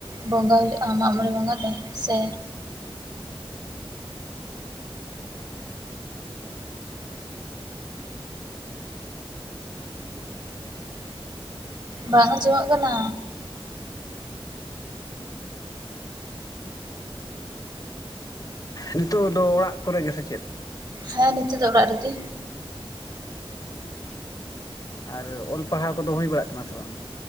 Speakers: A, on the right; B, on the left.
A: ᱵᱚᱸᱜᱟ ᱦᱩᱭᱩᱜ-ᱟ, ᱢᱟᱜ ᱢᱚᱬᱮ ᱵᱚᱸᱜᱟ ᱫᱚ ᱥᱮ ᱵᱟᱝ ᱟᱸᱡᱚᱢᱚᱜ ᱠᱟᱱᱟ᱾
B: ᱱᱤᱛᱳᱜ ᱫᱚ ᱚᱲᱟᱜ ᱠᱚᱨᱮ ᱜᱮ ᱥᱮ ᱪᱮᱫ?
A: ᱦᱮᱸ ᱱᱤᱳᱜ ᱫᱚ ᱚᱲᱟᱜ ᱨᱮᱜᱮ᱾
B: ᱚ ᱟᱨ ᱚᱞ ᱯᱟᱲᱦᱟᱣ ᱠᱚᱫᱚ ᱦᱩᱭ ᱵᱟᱲᱟᱜ ᱠᱟᱱᱟ ᱥᱮ ᱵᱟᱝ?